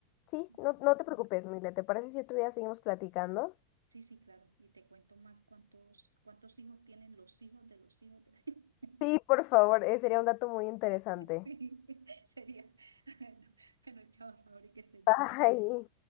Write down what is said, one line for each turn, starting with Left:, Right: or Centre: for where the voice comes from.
Left: Sí,
Right: tengo
Left: no, no te
Right: que
Left: preocupes,
Right: ir.
Left: Mile. ¿Te parece si otro día seguimos platicando?
Right: Sí, sí, claro, y te cuento más cuántos, cuántos hijos tienen los hijos de los hijos de... <laughs>
Left: Sí, por favor, eh, sería un dato muy interesante.
Right: <laughs> Sí, sería. <laughs> Bueno, bueno, chao, Sabri, que estés bien.
Left: <laughs> Bye.